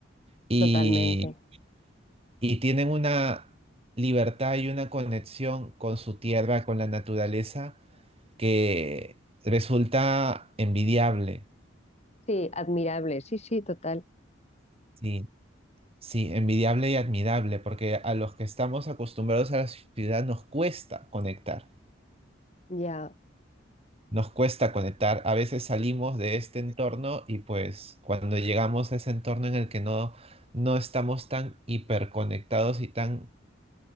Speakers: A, on the right (about 30°); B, on the left (about 35°).
A: Y,
B: totalmente.
A: y tienen una libertad y una conexión con su tierra, con la naturaleza, que resulta envidiable.
B: Sí, admirable, sí, sí, total.
A: Sí. Sí, envidiable y admirable, porque a los que estamos acostumbrados a la ciudad nos cuesta conectar,
B: Ya,
A: nos cuesta conectar. A veces salimos de este entorno y pues cuando llegamos a ese entorno en el que no, no estamos tan hiperconectados y tan